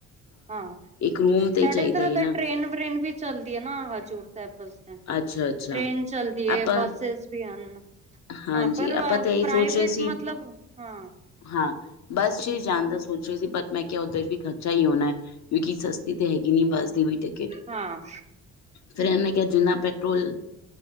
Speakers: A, on the right; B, on the left.
A: ਹਾਂ
B: ਇੱਕ ਰੂਮ ਤੇ
A: ਸਾਡੇ
B: ਹੀ ਚਾਹੀਦਾ
A: ਇਧਰੋਂ
B: ਹੈ
A: ਤਾਂ
B: ਨਾ
A: ਟ੍ਰਰੇਨ -ਵਰੇਨ ਵੀ। ਚੱਲਦੀ ਨਾ ਹਜ਼ੂਰ ਟੈਪਸ ਤੇ
B: ਅੱਛਾ ਅੱਛਾ
A: ਟ੍ਰੇਨ ਚੱਲਦੀ ਹੈ
B: ਆਪਾਂ
A: ਬੱਸਿਸ ਵੀ ਹਨ।
B: ਹਾਂਜੀ
A: ਹਾਂ। ਪਰ ਵਾਂ
B: ਆਪਾਂ ਤਾਂ ਇਹੀ
A: ਪ੍ਰਾਈਵੇਟ
B: ਸੋਚ ਰਹੇ ਸੀ
A: ਮਤਲਬ ਹਾਂ।
B: ਹਾਂ। ਬਸ 'ਚ ਹੀ ਜਾਣ ਦਾ ਸੋਚ ਰਹੇ ਸੀ। ਬਟ ਮੈਂ ਕਿਹਾ ਉਧਰ ਵੀ ਖਰਚਾ ਹੀ ਹੋਣਾ ਏ। ਵਿਕੀ ਸਸਤੀ ਤੇ ਹੈਗੀ ਨੀ ਬੱਸ ਦੀ ਵੀ ਟਿਕਟ।
A: ਹਾਂ। ਆ
B: ਫੇਰ ਇਹਨੇ ਕਿਹਾ ਜਿੰਨਾ ਪੈਟਰੋਲ।